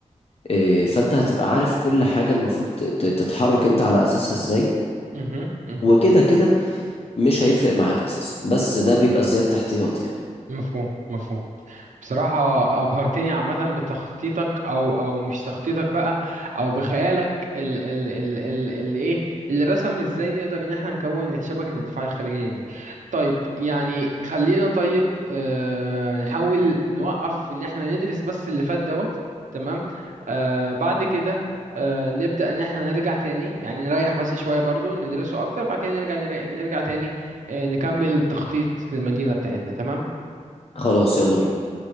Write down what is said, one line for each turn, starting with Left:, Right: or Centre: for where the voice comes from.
Left: آه، فانت هتبقى عارف كل حاجة المفروض ت- ت- تتحرك انت على اساسها ازاي
Right: مهم. مهم.
Left: وكده كده مش هيفرق معاك اساسا بس ده بيبقى زيادة احتياط يعني
Right: مفهوم مفهوم بصراحة أبهرتني عامة بتخطيطك أو أو مش تخطيطك بقى أو بخيالك ال ال ال ال ال إيه اللي رسم إزاي نقدر إن إحنا نكون شبكة الدفاع الخارجية دي. طيب يعني خلينا طيب آه نحاول نوقف إن إحنا ندرس بس اللي فات دوت تمام آه بعد كده آه نبدأ إن إحنا نرجع تاني يعني نريح بس شوية برضو ندرسه أكتر بعد كده نرجع نرجع تاني آه نكمل تخطيط للمدينة بتاعتنا تمام
Left: خلاص يلا بينا